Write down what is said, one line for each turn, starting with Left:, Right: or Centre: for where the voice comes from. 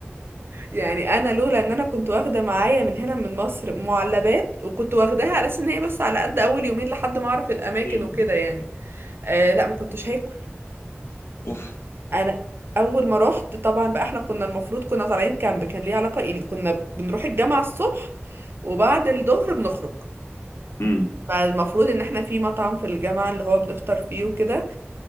Right: يعني انا لولا ان انا كنت واخده معايا من هنا من مصر معلبات وكنت واخداها على اساس ان هي بس على قد اول يومين لحد ما اعرف الاماكن
Left: إيه.
Right: وكده يعني آه لا ما كنتش هاكل
Left: أوف
Right: انا اول ما رحت طبعا بقى احنا كنا المفروض كنا طالعين كامب كان ليه علاقة يعني كنا بنروح الجامعة الصبح وبعد الظهر بنخرج
Left: امم
Right: فالمفروض ان احنا في مطعم في الجامعة اللي هو بنفطر فيه وكده